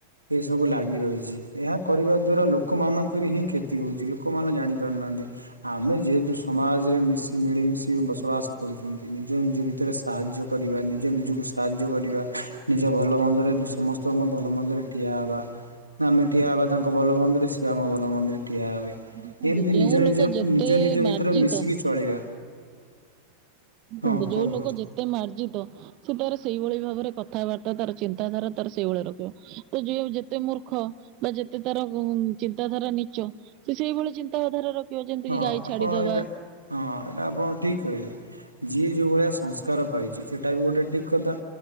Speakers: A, on the right; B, on the right.
A: ଏସବୁ ଲାଗି ରହିଛି ଏହା କରିବା ଦ୍ୱାରା ଲୋକମାନଙ୍କର ହିଁ କ୍ଷତି ହେଉଛି ଲୋକମାନେ ଜାଣିପାରୁନାହାଁନ୍ତି। ଆମେ ଯେହେତୁ ସମାଜରେ ମିଶି ମିଳିମିଶି କି ବସବାସ୍ କରୁଛନ୍ତି ନିଜେ ନିଜେ ଭିତରେ ସାହାଯ୍ୟ କରିବା ନିଜ ନିଜକୁ ସାହାଯ୍ୟ କରିବା। ନିଜ ଭଲ ମନ୍ଦରେ ସମସ୍ତଙ୍କ ଭଲ ମନ୍ଦିରେ ଠିଆ ହେବା ନି ଆମେ ଠିଆ ହେବା ତାଙ୍କ ଭଲ ମନ୍ଦରେ ସିଏ ଆମ ଭଲ ମନ୍ଦରେ ଠିଆ ହେବେ।
B: ଦେଖନ୍ତୁ
A: ଯେମିତି
B: ଯୋଉ
A: ନିଜ
B: ଲୋକ
A: ନିଜ
B: ଯେତେ
A: ନିଜ ନିଜ
B: ମାର୍ଜିତ
A: ଭିତରେ ମିଶିକି ଚଳିବା।
B: ଦେଖନ୍ତୁ
A: ହଁ
B: ଯୋଉ
A: କୁହନ୍ତୁ
B: ଲୋକ ଯେତେ ମାର୍ଜିତ ସେ ତାର ସେଇଭଳି ଭାବରେ କଥାବାର୍ତ୍ତା ତାର ଚିନ୍ତାଧାରା ତାର ସେଇଭଳି ରଖିବ। ତ ଯୋଉ ଯେତେ ମୂର୍ଖ ବା ଯେତେ ତାର ଚିନ୍ତାଧାରା ନିଚ ସେ ସେଇଭଳି ଚିନ୍ତା ଧାରା ରଖିବ ଯେମିତି
A: ହଁ
B: କି ଗାଈ
A: ଆପଣ
B: ଛାଡିଦବା
A: ଏଇଟା ହଁ ଏଇଟା ଆପଣ ଠିକ୍ କହିଲେ ଯିଏ ଯେଉଁ ଭଳିଆ ସଂସ୍କାର ପାଇଛି ସେଇଟା ବି ଗୋଟେ ଠିକ କଥା।